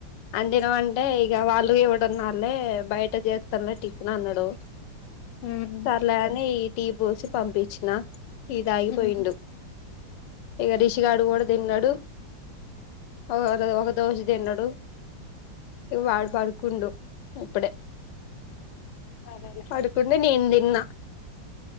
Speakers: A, on the left; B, on the left.
A: అందిన అంటే ఇక వాళ్ళు ఇవడున్నా వాళ్ళే బయట చేస్తస్తనులే టిఫిన్ అన్నాడు
B: ఉమ్
A: సర్లే అని టీ పోసి పంపించిన టీ తాగి
B: ఉమ్
A: పోయిండు ఇగ రిషిగడు కూడా తిన్నాడు డు ఓ ఒక ఓ ఒక దోశ తిన్నాడు ఇ
B: ఆ
A: వాడు పడుకుండు ఇప్పుడే
B: అదేలే
A: పడుకునే నేను తిన్నా